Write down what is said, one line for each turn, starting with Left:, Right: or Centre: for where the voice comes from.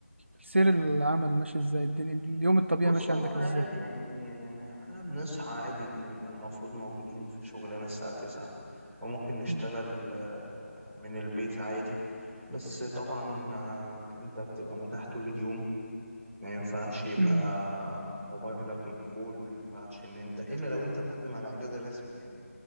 Right: سير العمل ماشي ازاي الدنيا اليوم الطبيعي
Centre: بص
Right: ماشي
Centre: والله
Right: عندك
Centre: عادي
Right: ازاي
Centre: يعني احنا بنصحى عادي بنبقى المفروض موجودين في شغلنا الساعة تسعة وممكن نشتغل
Right: امم
Centre: آه، من البيت عادي بس طبعا آه، انت بتبقى متاح طول اليوم ما ينفعش يبقى
Right: امم
Centre: موبايلك مقفول ما ينفعش ان انت الا لو انت مقدم على اجازة رسمي يعني